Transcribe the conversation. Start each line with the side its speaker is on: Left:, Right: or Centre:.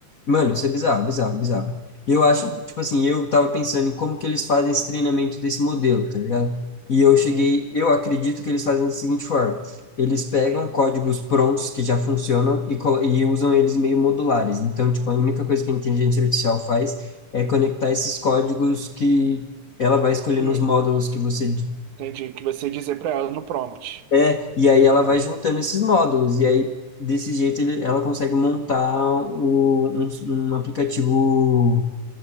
Left: Mano, isso é bizarro, bizarro, bizarro. E eu acho, tipo assim, eu tava pensando em como que eles fazem esse treinamento desse modelo, tá ligado? E eu cheguei,
Right: Hum,
Left: eu acredito que eles fazem da seguinte forma: eles pegam
Right: hum.
Left: códigos prontos que já funcionam e, co- e usam eles meio modulares. Então, tipo, a única coisa que a inteligência artificial faz é conectar esses códigos que ela vai escolher
Right: uhum.
Left: nos módulos que você d-
Right: Entendi. Que você dizer pra ela no prompt.
Left: é, e aí ela
Right: Tá.
Left: vai juntando esses módulos, e aí desse jeito ele- ela consegue montar o- um, um aplicativo